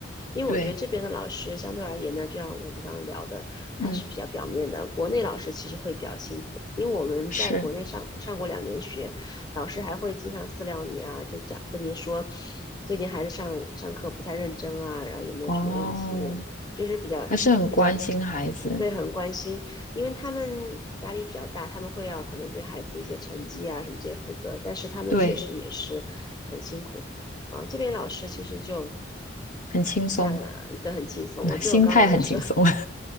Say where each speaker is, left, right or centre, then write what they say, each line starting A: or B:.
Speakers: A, on the left; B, on the left.
A: 因为我觉得这边的老师相对而言呢，
B: 对，
A: 就像我们刚刚聊的，
B: 嗯，
A: 它是比较表面的。国内老师其实会比较辛苦，因为我们在国内上上过两年学，
B: 是，
A: 老师还会经常私聊你啊，就讲跟你说最近孩子上上课不太认真啊，然后有没有什么问题，
B: 哦，
A: 就是比较比较
B: 还是很关心孩子，
A: 对很关心，因为他们压力比较大，他们会要可能对孩子一些成绩啊什么这些负责，但是他们确实也是很辛苦啊、
B: 对，
A: 呃这边老师其实就。
B: 很轻松，
A: 下来都很轻松。
B: 嗯心态很轻松，
A: 我记得我刚来的时候，